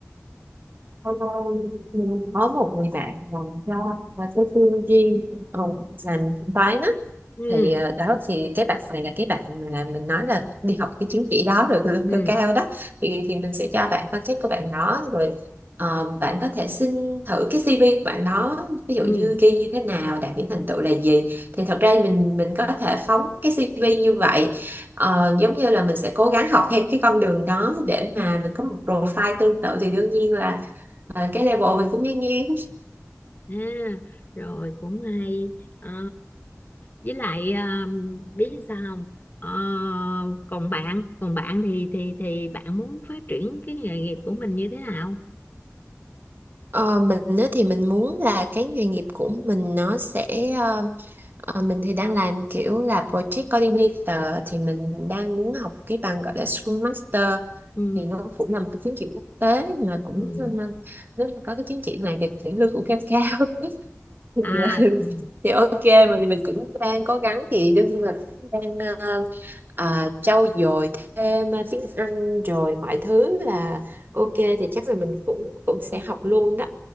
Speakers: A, on the right; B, on the left.
A: Lâu lâu mình có một người bạn làm cho và tôi tư duy ờ, làm toán á
B: Ừ
A: thì ờ, đó thì cái bạn này là cái bạn mà mình nói là đi học cái chứng chỉ đó rồi lương
B: ừ
A: cao cao đó thì thì mình sẽ cho bạn contact của bạn đó rồi ờ, bạn có thể xin thử cái CV của bạn đó ví dụ
B: ừ.
A: như ghi như thế nào đạt những thành tựu là gì thì thật ra mình mình có thể phóng cái CV như vậy Ờ, giống như là mình sẽ cố gắng học theo cái con đường đó để mà mình có một profile tương tự thì đương nhiên là ờ, cái level mình cũng ngang ngang
B: À, rồi cũng hay Ờ, với lại ờ, biết làm sao không Ờ, còn bạn còn bạn thì thì thì bạn muốn phát triển cái nghề nghiệp của mình như thế nào
A: Ờ, mình á thì mình muốn là cái nghề nghiệp của mình nó sẽ ờ, ờ, mình thì đang làm kiểu là project coordinator thì mình đang muốn học cái bằng gọi là Scrum Master
B: ừ,
A: thì nó cũng là một cái chứng chỉ quốc tế mà cũng
B: ừ.
A: nên- nếu mà có cái chứng chỉ này thì sẽ lương cũng cao cao thì,
B: à
A: <laughs>
B: ừ.
A: thì ok mà thì mình cũng đang cố gắng thì đương nhiên là cũng đang ờ, à, trau dồi thêm ờ, tiếng Anh rồi mọi thứ là ok thì chắc là mình cũng cũng sẽ học luôn đó